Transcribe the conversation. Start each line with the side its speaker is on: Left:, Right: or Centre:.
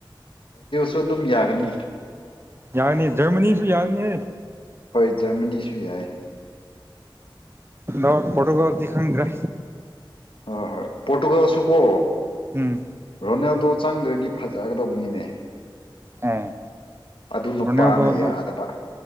Left: ꯁꯨ ꯑꯗꯨꯝ ꯌꯥꯒꯅꯤ
Right: ꯌꯥꯅꯤ ꯖꯔꯃꯅꯤꯁꯨ ꯌꯥꯅꯤꯍꯦ
Left: ꯍꯣꯏ ꯔꯃꯅꯤ ꯐ꯭ꯔꯤ ꯌꯥꯏ
Right: ꯑ ꯐꯣꯇꯣꯒ꯭ꯔꯥꯐꯤ ꯈꯪꯗ꯭ꯔꯦ
Left: ꯍ ꯍꯣꯏ ꯄꯣꯠ ꯒꯁꯨꯀꯣ
Right: ꯎꯝ
Left: ꯔꯣꯅꯦꯜꯗꯣ ꯆꯪꯗ꯭ꯔꯗꯤ ꯐꯖꯒꯗꯧꯕꯅꯤꯅꯦ
Right: ꯎꯝ
Left: ꯑꯗꯨ ꯅꯨꯄꯥꯅ
Right: ꯔꯣꯅꯥꯜꯗꯣꯗꯨ
Left: ꯌꯥꯗꯕ